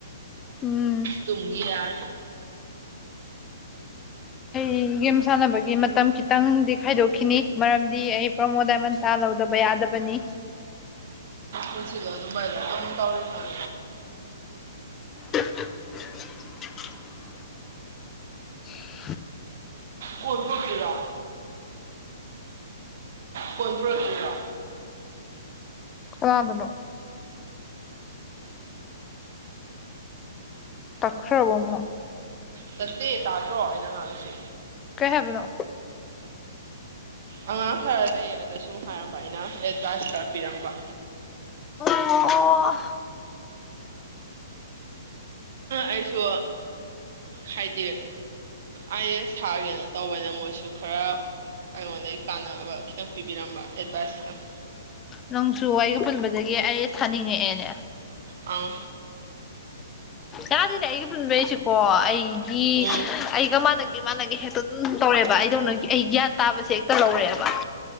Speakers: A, on the left; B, on the right.
A: ꯎꯝ
B: ꯇꯨꯡꯒꯤ ꯌꯥꯔ
A: ꯑꯩ ꯒꯦꯝ ꯁꯥꯟꯅꯕꯒꯤ ꯃꯇꯝ ꯈꯤꯇꯪꯗꯤ ꯈꯥꯏꯗꯣꯛꯈꯤꯅꯤ ꯃꯔꯝꯗꯤ ꯑꯩ ꯄ꯭ꯔꯃꯣꯗꯟ ꯆꯥ ꯂꯧꯗꯕ ꯌꯥꯗꯕꯅꯤ
B: ꯄꯨꯟꯁꯤꯗꯣ ꯑꯗꯨꯃꯥꯏꯅ ꯑꯗꯨꯝ ꯇꯧꯔꯤꯀꯥꯟ
A: ꯐꯐ
B: ꯀꯣꯜꯕꯣ ꯀꯂꯥ ꯀꯣꯟ ꯄꯨꯔꯛꯇꯣꯏꯔꯣ
A: ꯔꯗꯅꯣ ꯇꯛꯈ꯭ꯔꯕ ꯑꯃ
B: ꯆꯁꯇꯦ ꯇꯥꯗ꯭ꯔꯣ ꯑꯩꯅ ꯉꯥꯡꯉꯁꯤ
A: ꯀꯩ ꯍꯥꯏꯕꯅꯣ
B: ꯑꯉꯥꯡ ꯈꯔ ꯂꯩ ꯑꯗꯣ ꯁꯨꯝ ꯍꯥꯏꯔꯝꯕ ꯑꯩꯅ ꯑꯦꯗꯚꯥꯏꯁ ꯈꯔ ꯄꯤꯔꯝꯕ
A: ꯑꯣ
B: ꯑꯩꯁꯨ ꯍꯥꯏꯗꯤ ꯑꯥꯏ ꯑꯦꯁ ꯊꯥꯒꯦꯅ ꯇꯧꯕꯅ ꯃꯣꯏꯁꯨ ꯈꯔ ꯑꯩꯉꯣꯟꯗꯗꯒꯤ ꯀꯥꯟꯅꯕ ꯈꯤꯇꯪ ꯄꯤꯕꯤꯔꯝꯕ ꯑꯦꯗꯚꯥꯏꯁ ꯈꯤꯇꯪ
A: ꯅꯪꯁꯨ ꯋꯥꯔꯤꯒ ꯄꯨꯟꯕꯗꯒꯤ ꯑꯩ ꯊꯥꯅꯤꯡꯉꯛꯑꯦꯅꯦ
B: ꯑ
A: ꯌꯥꯗꯗꯤ ꯑꯩꯒꯤ ꯄꯨꯟꯕꯩꯁꯤꯀꯣ ꯑꯩꯒꯤ
B: ꯎꯝ
A: ꯑꯩꯒ ꯃꯥꯥꯟꯅ ꯃꯥꯅꯒꯤ ꯍꯦꯛꯇ ꯑꯗꯨꯝ ꯇꯧꯔꯦꯕ ꯑꯩꯗꯧꯅ ꯑꯩ ꯒ꯭ꯌꯥꯟ ꯇꯥꯕꯁꯦ ꯍꯦꯛꯇ ꯂꯧꯔꯦꯕ